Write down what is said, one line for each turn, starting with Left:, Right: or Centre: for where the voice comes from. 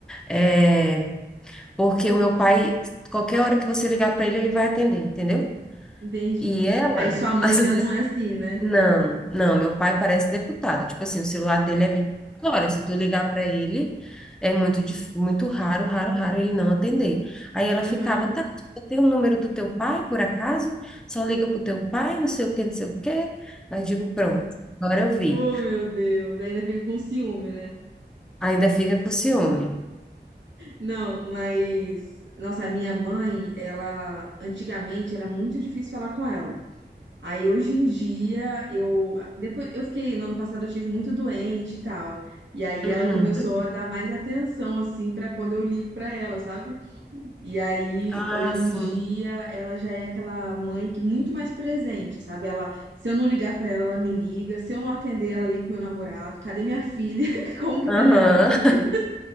Centre: É, porque o meu pai, qualquer hora que você ligar para ele, ele vai atender, entendeu?
Right: entendi.
Centre: E ela,
Right: Aí sua mãe
Centre: <laughs>
Right: já não é assim, né?
Centre: Não, não, meu pai parece deputado. Tipo assim, o celular dele é 24 horas. Se tu ligar para ele, é muito, dif- muito raro, raro, raro ele não atender. Aí ela
Right: Aham.
Centre: ficava, tá, eu tenho o número do teu pai, por acaso? Só liga pro teu pai, não sei o que, não sei o que. Aí eu digo, pronto, agora eu vi.
Right: Oh, meu Deus, ainda fica com ciúme, né?
Centre: Ainda fica com ciúme.
Right: Não, mas. Nossa, a minha mãe, ela. Antigamente era muito difícil falar com ela. Aí hoje em dia eu depois eu fiquei no ano passado eu tive muito doente e tal. E aí
Centre: Uhum.
Right: ela começou a dar mais atenção assim pra quando eu ligo pra ela, sabe? E aí
Centre: Ah,
Right: hoje em
Centre: sim.
Right: dia ela já é aquela mãe que muito mais presente, sabe? Ela se eu não ligar pra ela, ela me liga. Se eu não atender, ela liga pro meu namorado. Cadê minha filha? <laughs> Como que
Centre: Aham.
Right: tá minha filha?